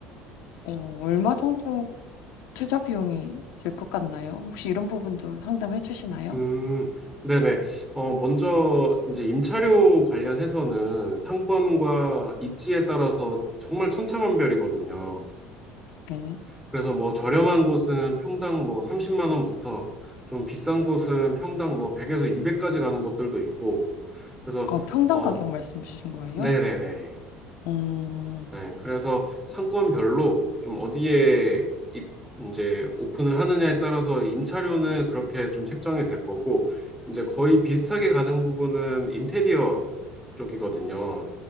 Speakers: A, on the left; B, in the centre.
A: 어, 얼마 정도 투자 비용이 들 것 같나요? 혹시 이런 부분도 상담해 주시나요?
B: 음, 네네. 어, 먼저, 이제 임차료 관련해서는 상권과 입지에 따라서 정말 천차만별이거든요.
A: 네.
B: 그래서 뭐 저렴한 곳은 평당 뭐 30만 원부터 좀 비싼 곳은 평당 뭐 100에서 200까지 가는 곳들도 있고, 그래서,
A: 어, 평당
B: 어,
A: 가격 말씀 주신 거예요?
B: 네네네.
A: 음,
B: 네, 그래서 상권별로 좀 어디에 입, 이제 오픈을 하느냐에 따라서 임차료는 그렇게 좀 책정이 될 거고, 이제 거의 비슷하게 가는 부분은 인테리어 쪽이거든요.